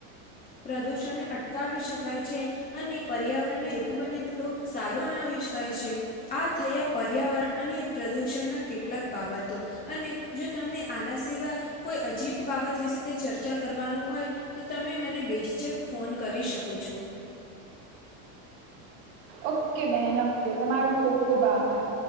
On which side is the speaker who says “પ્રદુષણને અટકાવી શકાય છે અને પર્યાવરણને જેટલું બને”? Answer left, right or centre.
Left